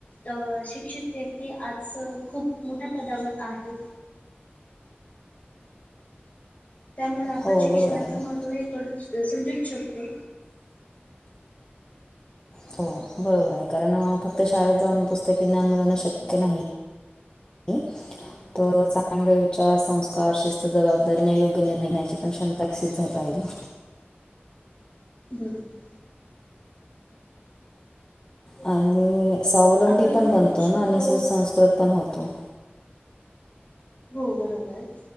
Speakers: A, on the left; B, on the left.
A: अ शिक्षित व्यक्ती आज खूप मोठ्या पदावर आहेत. त्यामुळं आपण
B: हो
A: शिक्षणाचं
B: बरोबर आहे
A: महत्त्व हे समजूच शकतो.
B: हो बरोबर आहे कारण फक्त शाळेत जाऊन पुस्तकी ज्ञान मिळणं शक्य नाही. <unintelligible> तर चांगले विचार, संस्कार, शिस्त जबाबदारीने योग्य निर्णय घेण्याची पण क्षमता विकसित झाली पाहिजे ना
A: बरोबर
B: आणि स्वावलंबी
A: आपण
B: पण
A: बघूच
B: बनतो
A: शकतो
B: ना आणि सुसंस्कृत पण होतो.
A: हो बरोबर